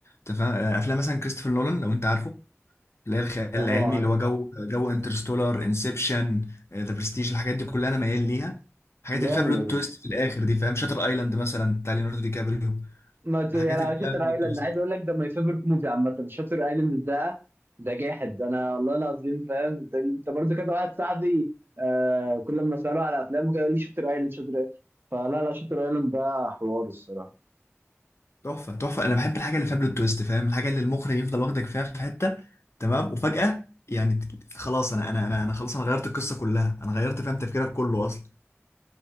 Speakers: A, on the left (about 60°); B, on the right (about 45°).
A: تفهم افلام مثلا كريستوفر نولان لو انت عارفه اللي هي الخيال
B: اه
A: العلمي
B: عارفه
A: اللي هو جو جو انترستولار انسبشن آه، ذا برستيج الحاجات دي كلها انا ميال ليها الحاجات
B: جامد
A: اللي فيها بلوت تويست في الاخر دي فاهم شاتر ايلاند مثلا بتاع ليوناردو دي كابريو
B: ما ت...
A: الحاجات
B: يعني على
A: اللي
B: شاتر
A: فيها بلوت
B: ايلاند
A: تويست
B: عايز اقول لك ده ماي فيفورت موفي عامه شاتر ايلاند ده ده جاحد انا والله العظيم فاهم انت انت برضو كذا واحد صاحبي آه كل ما اساله على افلامه كده يقول لي شاتر ايلاند شاتر ايلاند فلا لا شاتر ايلاند ده حوار الصراحه
A: تحفه تحفه انا بحب الحاجه اللي فيها بلوت تويست فاهم الحاجه اللي المخرج يفضل واخدك فيها في حته تمام وفجاه يعني ت- خلاص انا انا انا انا خلاص انا غيرت القصه كلها انا غيرت فاهم تفكيرك كله اصلا